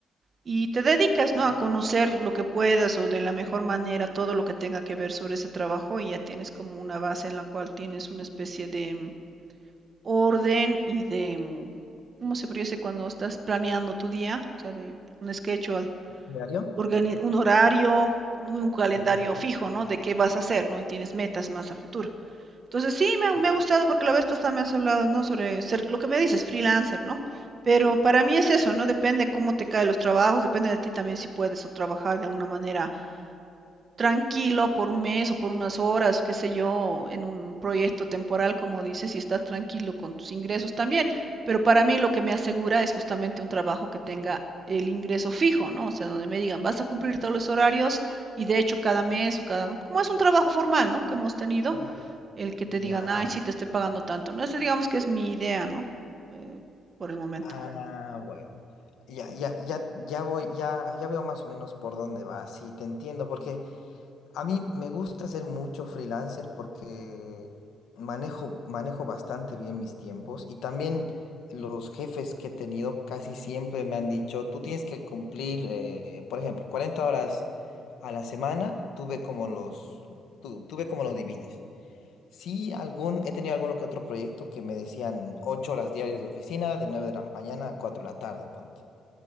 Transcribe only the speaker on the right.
y te dedicas,
¿no? A conocer lo que puedas o de la mejor manera todo lo que tenga que ver sobre ese trabajo y ya tienes como una base en la cual tienes una especie de orden y de, mm, ¿cómo se podría cuando estás planeando tu día? O sea, de un schedule,
organi- un horario, un calendario
fijo, ¿no? De qué vas a hacer, ¿no? Y tienes metas más a futuro. Entonces, sí, me ha, me
ha gustado porque la vez pasada me has hablado, ¿no? Sobre ser, lo que me dices, freelancer, ¿no? Pero para mí es eso, ¿no? Depende cómo te caen los trabajos, depende de ti también si puedes o trabajar de una manera tranquilo por un mes o por unas horas, qué sé yo, en un proyecto temporal, como dices, y estás tranquilo con tus ingresos también. Pero para mí lo que me asegura es justamente un trabajo que tenga el ingreso fijo, ¿no? O sea, donde me digan, vas a cumplir todos los horarios y de hecho cada mes o cada, como es un trabajo formal, ¿no? Que hemos tenido,
el que te
digan, ay, sí, te estoy pagando tanto, ¿no? Esa digamos que es mi idea, ¿no? Eh, por el momento.